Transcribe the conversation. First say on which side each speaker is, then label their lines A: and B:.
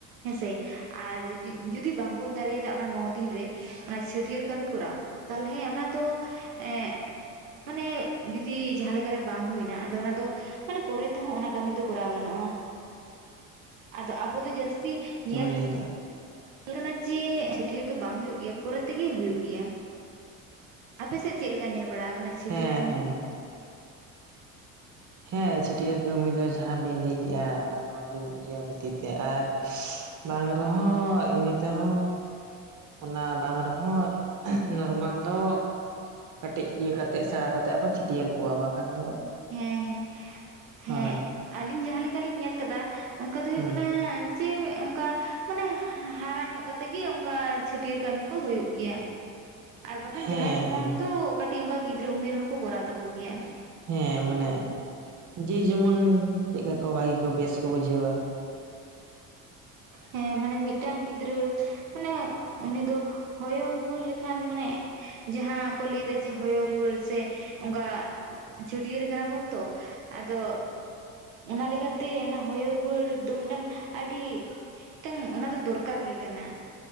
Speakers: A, on the right; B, on the right.
A: ᱦᱮᱸᱥᱮ ᱟᱨ ᱡᱩᱫᱤ ᱵᱟᱝ ᱵᱚᱱ ᱫᱟᱲᱮᱭᱟᱫᱟ ᱚᱱᱟ ᱱᱚ ᱫᱤᱱ ᱨᱮᱼᱼ ᱚᱱᱟ ᱪᱷᱟᱹᱴᱭᱟᱹᱨ ᱠᱟᱹᱢᱤ ᱠᱚᱨᱟᱣ ᱛᱟᱦᱞᱮ ᱦᱮᱸ ᱚᱱᱟ ᱫᱚ ᱮᱸᱼᱼ ᱢᱟᱱᱮ ᱡᱩᱫᱤ ᱡᱟᱦᱟᱸ ᱞᱮᱠᱟᱼᱼ ᱵᱟᱝ ᱦᱩᱭᱱᱟ ᱟᱫᱚ ᱚᱱᱟ ᱢᱟᱱᱮ ᱯᱚᱨᱮ ᱛᱮᱦᱚᱸ ᱚᱱᱟ ᱠᱟᱹᱢᱤ ᱫᱚ ᱠᱚᱨᱟᱣ ᱜᱟᱱᱚᱜᱼᱟ᱾ ᱟᱫᱚ ᱟᱵᱚ ᱫᱚ ᱡᱟᱹᱥᱛᱤ ᱧᱮᱞᱼᱼ
B: ᱞᱮᱠᱟᱼᱟ
A: ᱧᱮᱞ ᱠᱟᱱᱟ ᱡᱮ ᱪᱷᱟᱹᱴᱭᱟᱹᱨ ᱫᱚ ᱵᱟᱝ ᱦᱳᱭᱳᱜ ᱜᱮᱭᱟ ᱯᱚᱨᱮ ᱛᱮᱜᱮ ᱦᱳᱭᱳᱜ ᱜᱮᱭᱟ᱾ ᱟᱯᱮᱥᱮᱫ ᱪᱮᱫᱮᱠᱟ ᱧᱮᱞ ᱵᱟᱲᱟ ᱟᱠᱟᱱᱟ ᱪᱷᱟᱹᱴᱭᱟᱹᱨ
B: ᱦᱮᱸ
A: ᱠᱟᱹᱢᱤ?
B: ᱦᱮᱸ
A: <inaudible>
B: ᱦᱮᱸ ᱪᱷᱟᱹᱴᱭᱟᱹᱨ ᱠᱟᱹᱢᱤ ᱫᱚ ᱡᱟᱦᱟᱸ ᱵᱤᱱ ᱞᱟᱹᱭ ᱠᱮᱜᱼᱟ ᱚᱱᱟ ᱱᱚ ᱫᱤᱱ ᱤᱭᱟᱹ ᱵᱷᱤᱛᱤᱨ ᱛᱮ ᱟᱨᱼᱼ ᱵᱟᱝ ᱨᱮᱦᱚᱸ ᱮᱢᱱᱤ ᱛᱮᱦᱚᱸ ᱚᱱᱟ ᱵᱟᱝ ᱨᱮᱦᱚᱸ ᱱᱚᱨᱢᱟᱞ ᱫᱚᱼᱼ ᱠᱟᱹᱴᱤᱡ ᱤᱭᱟᱹ ᱠᱟᱛᱮ ᱥᱮᱬᱟ ᱠᱟᱛᱮᱜ ᱦᱚᱸ ᱠᱚ ᱪᱷᱟᱹᱴᱭᱟᱹᱨ ᱠᱚᱣᱟ ᱵᱟᱠᱷᱟᱱ ᱫᱚ
A: ᱦᱮᱸ ᱦᱮᱸ ᱦᱮᱸ
B: ᱦᱳᱭ
A: ᱟᱞᱤᱧ ᱡᱟᱦᱟᱸ ᱞᱮᱠᱟᱞᱤᱧ ᱧᱮᱞ ᱟᱠᱟᱫᱟ ᱚᱱᱠᱟ ᱫᱚ ᱦᱩᱭᱩᱜ
B: ᱦᱩᱸ
A: ᱠᱟᱱᱟᱼᱼ ᱡᱮ ᱚᱱᱠᱟ ᱢᱟᱱᱮ ᱦᱟᱨᱟ ᱧᱚᱜ ᱠᱟᱛᱮ ᱜᱮ ᱚᱱᱠᱟ ᱪᱷᱟᱹᱴᱭᱟᱹᱨ ᱠᱟᱹᱢᱤ ᱠᱚ ᱦᱩᱭᱩᱜ ᱜᱮᱭᱟ᱾ ᱟᱨ ᱵᱟᱝ ᱠᱷᱟᱱ
B: ᱦᱮᱸ
A: ᱡᱟᱦᱟᱸᱭ ᱡᱮᱢᱚᱱ
B: ᱦᱮᱸ
A: ᱫᱚ ᱠᱟᱹᱴᱤᱡ ᱚᱱᱠᱟ ᱜᱤᱫᱽᱨᱟᱹ ᱩᱢᱮᱨ ᱨᱮᱦᱚ ᱠᱚ ᱠᱚᱨᱟᱣ ᱛᱟᱠᱚ ᱜᱮᱭᱟ᱾
B: ᱦᱮᱸ ᱢᱟᱱᱮ ᱡᱮ ᱡᱮᱢᱚᱱ ᱪᱮᱫ ᱞᱮᱠᱟ ᱠᱚ ᱵᱷᱟᱜᱤ ᱠᱚ ᱵᱮᱥ ᱠᱚ ᱵᱩᱡᱷᱟᱹᱣᱟ᱾
A: ᱦᱮᱸ ᱢᱟᱱᱮ ᱢᱤᱫᱴᱟᱝ ᱜᱤᱫᱽᱨᱟᱹ ᱢᱟᱱᱮ ᱩᱱᱤ ᱫᱚ ᱦᱚᱭᱚ ᱨᱩᱣᱟᱹᱲ ᱞᱮᱠᱷᱟᱱ ᱢᱟᱱᱮᱼᱼ ᱡᱟᱦᱟᱸ ᱠᱚ ᱞᱟᱹᱭᱫᱚ ᱡᱮ ᱦᱚᱭᱚ ᱨᱩᱣᱟᱹᱲ ᱥᱮ ᱚᱱᱠᱟ᱾ ᱪᱷᱟᱹᱴᱭᱟᱹᱨ ᱠᱟᱱᱟ ᱵᱚᱱ ᱛᱚ ᱟᱫᱚᱼᱼ ᱚᱱᱟ ᱞᱮᱠᱟ ᱛᱮ ᱚᱱᱟ ᱦᱚᱭᱚ ᱨᱩᱣᱟᱹᱲ ᱫᱚ ᱢᱤᱫᱴᱟᱝ ᱟᱹᱰᱤ ᱢᱤᱫᱴᱟᱝ ᱚᱱᱟ ᱫᱚ ᱫᱚᱨᱠᱟᱨ ᱜᱮ ᱠᱟᱱᱟ